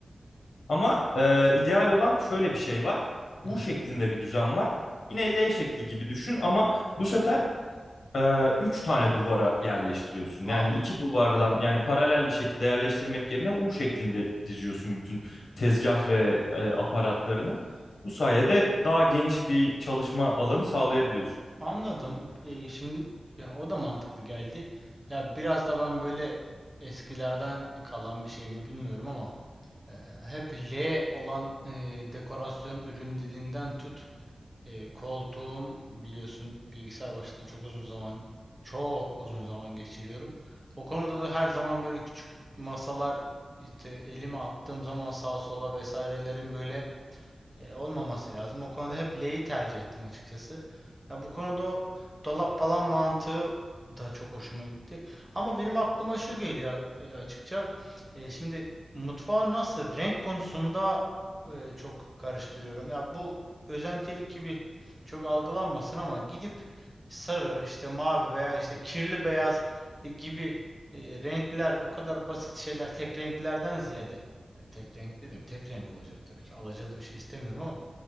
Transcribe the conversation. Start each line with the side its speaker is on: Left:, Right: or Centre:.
Left: Ama e, ideal olan şöyle bir şey var. U
Right: Hı hı.
Left: şeklinde bir düzen var. Yine L şekli gibi düşün ama bu sefer e, üç tane duvara yerleştiriyorsun.
Right: Anladım.
Left: Yani iki duvardan
Right: Hı hı.
Left: yani paralel bir şekilde yerleştirmek yerine U şeklinde diziyorsun bütün tezgah ve e, aparatlarını. Bu sayede daha geniş bir çalışma alanı sağlayabiliyorsun.
Right: Anladım. E, şimdi ya o da mantıklı geldi. Ya biraz da ben böyle eskilerden kalan bir şey mi bilmiyorum ama e, hep L olan e, dekorasyon ürün dediğinden tut E, koltuğum biliyorsun bilgisayar başında çok uzun zaman, çok uzun zaman geçiriyorum. O konuda da her zaman böyle küçük masalar işte elimi attığım zaman sağa sola vesairelerin böyle e, olmaması lazım. O konuda hep L'yi tercih ettim açıkçası. Ya bu konuda o dolap falan mantığı da çok hoşuma gitti. Ama benim aklıma şu geliyor e, açıkça. E, şimdi mutfağı nasıl renk konusunda e, çok karıştırıyorum. Ya bu özentilik gibi çok algılanmasın ama gidip sarı, işte mavi veya işte kirli beyaz e, gibi e, renkler o kadar basit şeyler tek renklerden ziyade yani Tek renk dedim. Tek renk olacak tabii ki. Alacalı bir şey istemiyorum ama